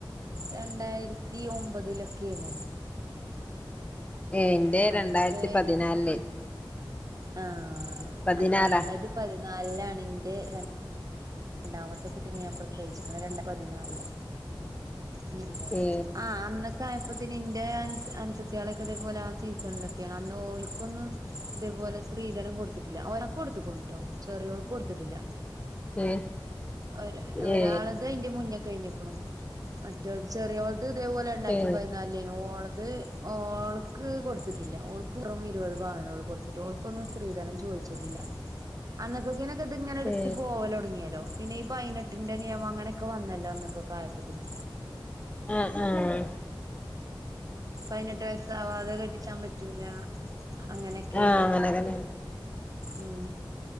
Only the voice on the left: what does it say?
ഏഹ്, ന്റെ രണ്ടായിര്ത്തി
പതിനാൽ ലേ
പതിനാലാ
ഏ
ഏ
ഏ
ഏ
ഏ
ആഹ് ആഹ്
ആ അങ്ങനെതന്നെ